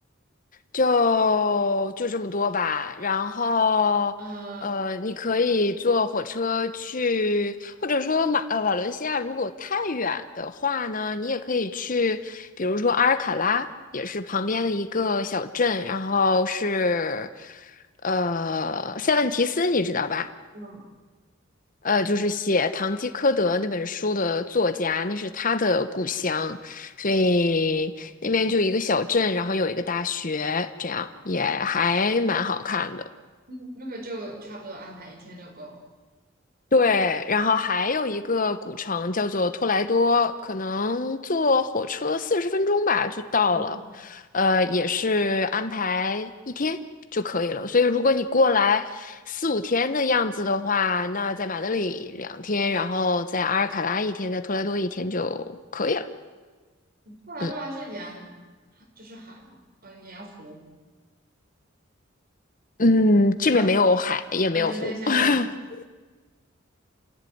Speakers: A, on the left (about 45°); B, on the right (about 50°).
A: 就就这么多吧。然后，
B: 嗯
A: 呃，你可以坐火车去，或者说马呃瓦伦西亚，如果太远的话呢，你也可以去，比如说阿尔卡拉，也是旁边的一个小镇，然后是呃塞万提斯，你知道吧？
B: 嗯
A: 呃，就是写《堂吉诃德》那本书的作家，那是他的故乡，所以那边就一个小镇，然后有一个大学，这样也还蛮好看的。
B: 嗯，那个就差不多安排一天就够。
A: 对，然后还有一个古城叫做托莱多，可能坐火车四十分钟吧就到了，
B: 嗯，
A: 呃，也是安排一天就可以了。所以如果你过来四五天的样子的话，那在马德里两天，然后在阿尔卡拉一天，在托莱多一天就可以了。
B: 后来对吧？
A: 嗯
B: 是沿，这是海嘛，呃，沿湖。
A: 嗯，这边没有海，
B: 呃
A: 也没有湖。
B: 呃，对，对一下，
A: <laughs>
B: 对一下。